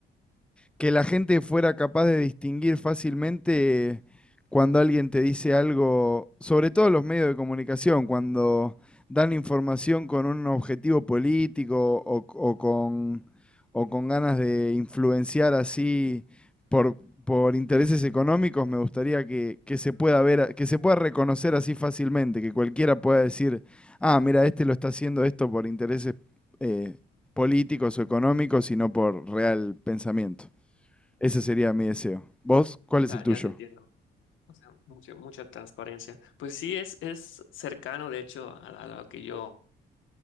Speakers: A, in the centre; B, on the left (about 75°).
A: que la gente fuera capaz de distinguir fácilmente cuando alguien te dice algo, sobre todo los medios de comunicación, cuando dan información con un objetivo político o, o con, o con ganas de influenciar así por, por intereses económicos, me gustaría que, que se pueda ver, que se pueda reconocer así fácilmente, que cualquiera pueda decir, ah, mira, este lo está haciendo esto por intereses eh, políticos o económicos y no por real pensamiento. Ese sería mi deseo. ¿Vos cuál es
B: Ah,
A: el tuyo?
B: ya te entiendo. O sea, mucha, mucha transparencia. Pues sí, es, es cercano, de hecho, a, a lo que yo